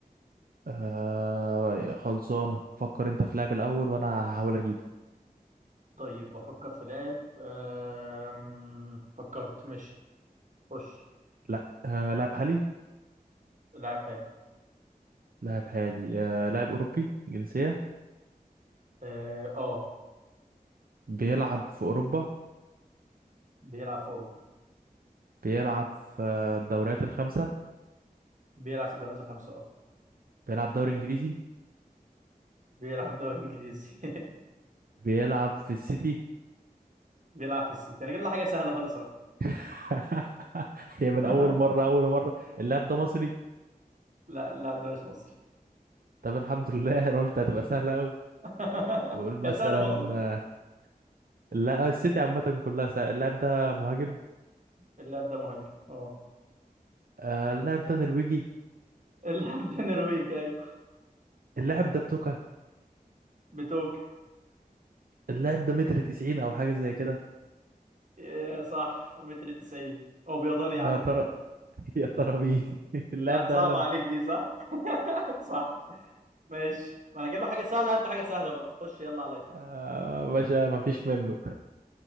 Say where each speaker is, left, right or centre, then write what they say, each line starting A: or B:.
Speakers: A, on the right; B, on the right.
A: آه خلصانة فكر انت في لاعب الاول وانا هحاول اجيبه
B: طيب بفكر في لاعب أم... فكرت ماشي خش
A: لا آه لاعب حالي
B: لاعب حالي
A: لاعب حالي آه لاعب اوروبي جنسية
B: اه آه.
A: بيلعب في اوروبا
B: بيلعب في اوروبا
A: بيلعب في الدوريات الخمسة
B: بيلعب في الدوريات الخمسة اه
A: بيلعب دوري انجليزي
B: بيلعب دوري انجليزي
A: بيلعب في السيتي
B: <laughs> بيلعب في السيتي انا جايب له حاجة سهلة خالص اهو
A: <laughs> هي
B: <laughs>
A: من اول مره اول مره اللاعب ده مصري
B: لا اللاعب ده مش مصري
A: طب الحمد لله <laughs> انا قلت هتبقى سهله قوي
B: <laughs>
A: نقول مثلا
B: يا سهلة برضه
A: آه، لا السيتي عامه كلها سهل. اللاعب ده مهاجم
B: اللاعب ده مهاجم اه
A: آه، اللاعب ده نرويجي
B: اللاعب ده نرويجي ايوه
A: اللاعب ده بتوكا
B: بتوك
A: اللاعب ده متر 90 او حاجه زي كده
B: إيه صح متر 90 هو بيضاني يا عم
A: يا ترى
B: كمان
A: <laughs> يا ترى مين <laughs> اللاعب
B: لا صعب
A: ده هالاند
B: عليك دي صح <laughs> صح ماشي ما انا اجيب له حاجه سهله هات لي حاجه سهله بقى خش يلا عليا
A: آه باشا ما فيش منه